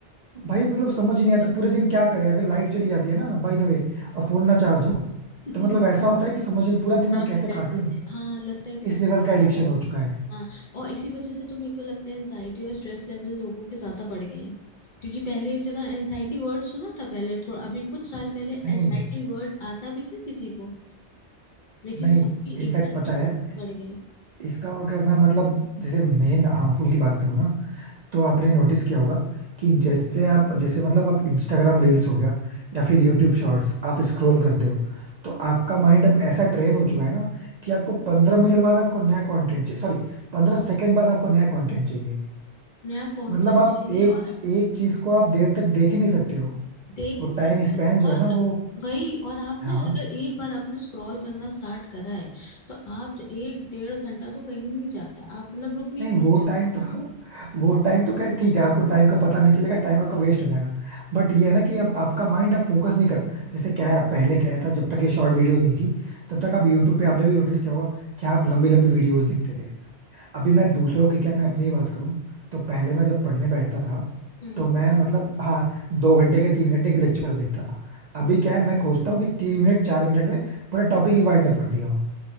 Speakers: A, on the right; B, on the left.
A: भाई मतलब समझ ही नहीं आता पूरे दिन क्या करें अगर लाइट चली जाती है ना बाय द वे और फोन ना चार्ज हो
B: <laughs>
A: तो मतलब ऐसा होता है कि समझ में पूरा दिन मैं
B: हार्ट
A: कैसे
B: अटैक
A: काटूं
B: हो जाएगा। हाँ लगता है कि
A: इस
B: पता
A: लेवल
B: नहीं
A: का
B: क्या
A: एडिक्शन हो चुका है
B: हाँ और इसी वजह से तो मेरे को लगता है एनजाइटी और स्ट्रेस लेवल लोगों के ज्यादा बढ़ गए हैं क्योंकि पहले इतना एनजाइटी वर्ड सुना था पहले थोड़ा अभी कुछ साल पहले
A: नहीं
B: एनजाइटी वर्ड आता भी था किसी को लेकिन
A: नहीं
B: अब ये
A: इनफैक्ट
B: एकदम
A: पता
B: से
A: है
B: बढ़ गए हैं।
A: इसका अगर मैं मतलब जैसे मेन हार्मफुल की बात करूँ ना तो आपने नोटिस किया होगा कि जैसे आप जैसे मतलब आप इंस्टाग्राम रील्स हो गया या फिर यूट्यूब शॉर्ट्स आप स्क्रॉल करते हो तो आपका माइंड अब ऐसा ट्रेन हो चुका है ना कि आपको पंद्रह मिनट बाद आपको नया कंटेंट चाहिए सॉरी पंद्रह सेकंड बाद आपको नया कंटेंट चाहिए
B: नया कंटेंट
A: मतलब आप
B: चाहिए
A: एक
B: और आप
A: एक चीज को आप देर तक देख ही नहीं सकते हो
B: देख
A: वो
B: भी सकते
A: टाइम स्पैन
B: हो
A: जो
B: और
A: है ना वो
B: वही और आपने
A: हाँ
B: अगर एक बार आपने स्क्रॉल करना स्टार्ट करा है तो आप एक डेढ़ घंटा तो कहीं नहीं जाता है आप मतलब रुक नहीं
A: नहीं वो
B: पाते
A: टाइम तो <laughs> वो टाइम तो खैर ठीक है आपको टाइम का पता नहीं चलेगा टाइम आपका वेस्ट हो जाएगा बट ये है ना कि अब आपका माइंड आप फोकस नहीं कर पा जैसे क्या है पहले क्या था जब तक ये शॉर्ट वीडियोस नहीं थी तब तक आप यूट्यूब पे आपने भी नोटिस किया होगा कि आप लंबी लंबी वीडियोस देखते थे अभी मैं दूसरों की क्या मैं अपनी ही बात करूं तो पहले मैं जब पढ़ने बैठता था
B: हम्म
A: तो मैं मतलब हाँ दो घंटे के तीन घंटे के लेक्चर देखता था अभी क्या है मैं खोजता हूँ कि तीन मिनट चार मिनट में पूरा टॉपिक ही वाइंड अप कर दिया हो